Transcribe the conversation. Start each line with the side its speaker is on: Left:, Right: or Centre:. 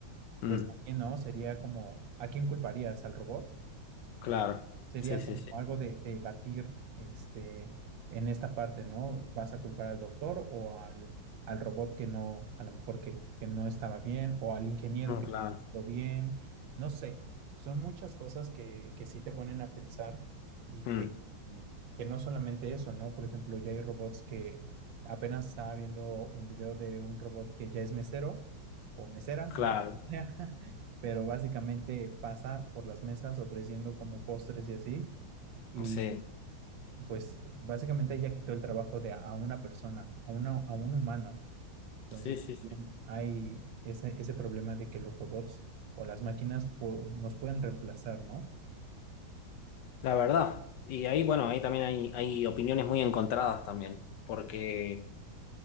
Left: Mm,
Right: pues también, ¿no? Sería como, ¿a quién culparías? ¿Al robot?
Left: claro.
Right: Sería
Left: Sí, sí,
Right: como
Left: sí.
Right: algo de debatir, este, en esta parte, ¿no? ¿Vas a culpar al doctor o al, al robot que no, a lo mejor que, que no estaba bien, o al ingeniero
Left: No,
Right: que
Left: claro.
Right: no estuvo bien? No sé, son muchas cosas que, que sí te ponen a pensar y
Left: Mm,
Right: que, mm, que no solamente eso, ¿no? Por ejemplo, ya hay robots que apenas estaba viendo un video de un robot que ya es mesero o mesera,
Left: claro.
Right: ¿no? <laughs> pero básicamente pasa por las mesas ofreciendo como postres y así, y
Left: Sí.
Right: pues básicamente ya quitó el trabajo de a una persona, a, una, a un humano. Entonces
Left: Sí, sí, sí.
Right: también hay ese, ese problema de que los robots o las máquinas pu- nos pueden reemplazar, ¿no?
Left: La verdad. Y ahí, bueno, ahí también hay, hay opiniones muy encontradas también, porque